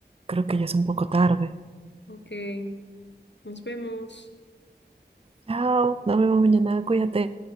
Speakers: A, on the right; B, on the left.
A: Creo que ya es un poco tarde.
B: ok. Nos vemos.
A: Chao, nos vemos mañana, cuídate.